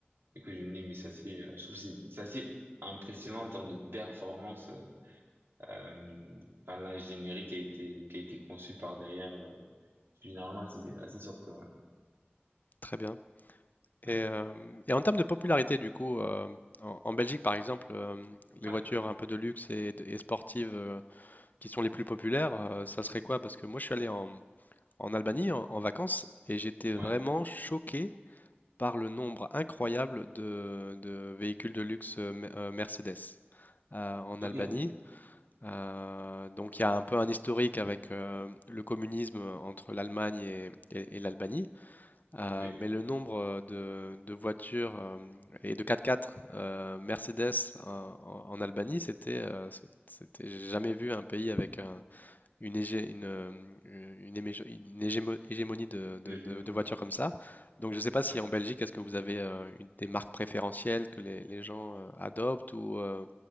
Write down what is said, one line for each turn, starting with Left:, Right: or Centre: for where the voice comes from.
Right: Et que je me dis, mais ça c'est, euh, je trouve que c'est c'est assez impressionnant en termes de performance, euh, euh, enfin l'ingénierie qui a été qui a été conçue par derrière. euh, je suis généralement assez, assez surpris. Ouais,
Left: Très bien.
Right: ouais,
Left: Et, euh, et en termes de popularité, du coup, euh, en, en Belgique par exemple, euh, les
Right: ouais,
Left: voitures un peu de luxe et, de- et sportives. euh, qui sont les plus populaires, euh, ça serait quoi? Parce que moi, je suis allé en, en Albanie en,
Right: Mhm.
Left: en vacances et j'étais
Right: ouais.
Left: vraiment choqué par le nombre incroyable de, de véhicules de luxe euh, Me- euh, Mercedes euh, en
Right: Ok.
Left: Albanie. Euh, donc, il y a un peu un historique avec euh, le communisme entre l'Allemagne et, et- et l'Albanie, Euh,
Right: Oui,
Left: mais le nombre euh, de, de voitures euh, et de 4x4 euh, Mercedes en, en- en Albanie, c'était, euh, c'est- c'était, j'ai jamais vu un pays avec un une, hégé- une, euh, une hémé- une hégémo- hégémonie de,
Right: mais
Left: de-
Right: je,
Left: de- de voitures comme ça. Donc je ne sais pas si
Right: ouais.
Left: en Belgique, est-ce que vous avez euh, une- des marques préférentielles que les, les gens euh, adoptent ou euh,